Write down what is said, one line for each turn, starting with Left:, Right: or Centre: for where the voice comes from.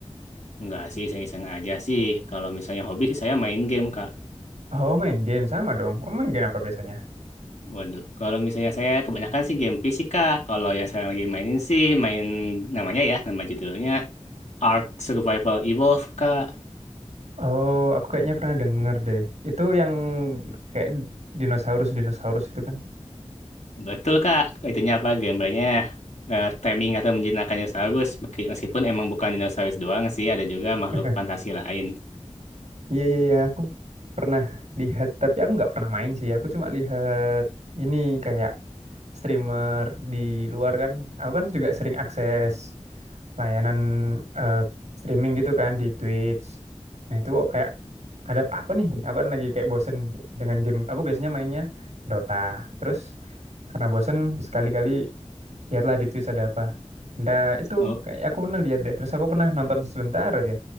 Left: enggak sih, iseng-iseng aja sih. Kalau misalnya hobi sih saya main game Kak.
Right: Oh, main game sama dong. Oh, main game apa biasanya?
Left: Waduh, kalau misalnya saya kebanyakan sih game fisika. Kalau yang saya lagi mainin sih main namanya ya, nama judulnya. Ark Survival Evolved, Kak.
Right: Oh, aku kayaknya pernah denger deh. Itu yang kayak dinosaurus-dinosaurus itu kan?
Left: Betul, Kak. Itunya apa? Gambarnya eh, taming atau menjinakkan dinosaurus. Meski- Meskipun emang bukan dinosaurus doang sih, ada juga makhluk
Right: <laughs>
Left: fantasi lain.
Right: Iya iya iya aku pernah lihat tapi aku nggak pernah main sih. Aku cuma lihat ini kayak streamer di luar kan. Aku kan juga sering akses layanan eh, streaming gitu kan di Twitch. Nah itu kok kayak ada apa nih? Aku kan lagi kayak bosen dengan game. Aku biasanya mainnya Dota. Terus karena bosen sekali-kali lihatlah di Twitch ada apa. Nah, itu
Left: Oh,
Right: kayak aku pernah lihat deh. Terus aku pernah nonton sebentar aja.